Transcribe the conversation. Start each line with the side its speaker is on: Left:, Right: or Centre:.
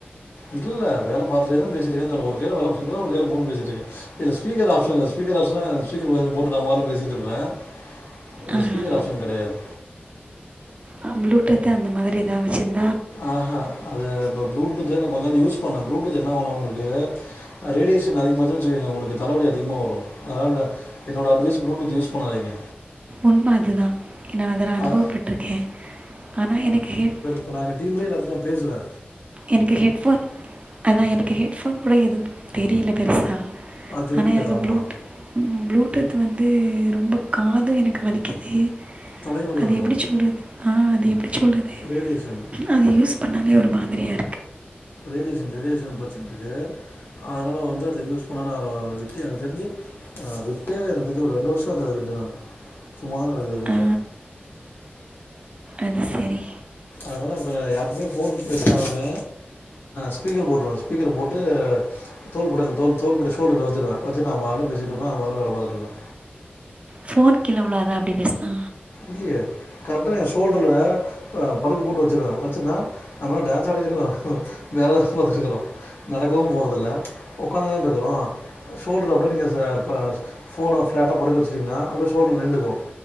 Left: இல்ல வேல பாத்துட்டேதா பேசிட்டு இருக்கேன்னு சொன்னே ஒரு கைல வேல பாக்கறே ஒரு கைல ஃபோன் பேசிட்டு இருக்கே இதுல ஸ்பீக்கர் ஆப்ஷன் இல்ல ஸ்பீக்கர் ஆப்ஷன்னா ஸ்பீக்கர் போட்டு நா பாட்டுக் பேசிட்டுருப்பே இதுல
Right: ஆஹா,
Left: ஸ்பீக்கர் ஆப்ஷன் கெடையாது
Right: ஆ ப்ளூடூத் அந்த மாரி எதாவது வச்சிருந்
Left: அ ஹ அது இப்ப ப்ளூடூத் நா கொஞ்ச நாள் யூஸ் பண்ணே ப்ளூடூத் என்ன ஆவுணா உங்களுக்கு ரேடியேஷன் அதிகம் ஆச்சின்னா உங்களுக்கு தலவலி அதிகமா வரும் அதனால என்னோட அட்வைஸ் ப்ளூடூத் யூஸ் பண்ணாதீங்க
Right: உண்ம அதுதா ஏனா அத நா அனுபவப்பட்ருக்கே
Left: அ-
Right: ஆனா எனக்கு ஹெட்
Left: இப்ப நா எங்க டீம்லே எல்லாத்திட்டியு நா பேசுவே
Right: எனக்கு ஹெட் ஃபோன் அதா எனக்கு ஹெட் ஃபோன் கூட எது தெரியல பெருசா
Left: அது தெரிவிக்காது
Right: ஆனா எனக்கு
Left: ஆமாம்
Right: ப்ளூடூ ப்ளூடூத் வந்து ரொம்ப காது எனக்கு வலிக்கிது
Left: தலைவலி
Right: அத
Left: வந்துடும்
Right: எப்படி சொல்றது ஆ அத எப்டி சொல்றது
Left: ரேடியேஷன்
Right: அத யூஸ் பண்ணாலே ஒரு மாதிரியா
Left: ரேடியேஷன் ரேடியேஷன் பிரச்சன இருக்கு அதனால வந்து அத யூஸ் பண்ணனு அப்புற வித்து எனக்கு தெரிஞ்சி நா விட்டே எனக்கு தெரிஞ்சி ஒரு ரெண்டு வருஷம் ஆகுது அத விட்டு நானு சும்மாதா கெடக்குது வீட்ல
Right: ஆ அது செரி
Left: அதுனால இப்ப யார்ட்டையுமே ஃபோன் பேசுனாலே ஸ்பீக்கர் அ போட்ருவே ஸ்பீக்கர் போட்டு தோள்பட்டையில தோள் தோள்பட்டை ஷோல்டர் குள்ள வச்சிருவே வச்சிட்டு நா பாட்ல பேசிட்டு இருப்பே அத பாட்ல வேல பாத்துட்டு இருப்பே
Right: ஃபோன் கீழ விழாதா அப்டி பேசுனா
Left: இல்லையே கரெக்டா நா என் ஷோல்டர்ல படுக்க போட்டு வச்சிருவே வச்சன்னா நம்ம என்ன டான்ஸ்சா ஆடிட்டு இருக்கறோ வேலைதா பாத்துட்டு இருக்கறோ நடக்கவு போறது இல்ல உக்காந்து தானே இருக்கறோ ஷோல்டர்ல அப்படியே நீங்க ச ப ஃபோன ஃப்ளாட்டா படுக்க வச்சிட்டீங்கன்னா அப்படியே ஷோல்டர்ல நிண்டுக்கு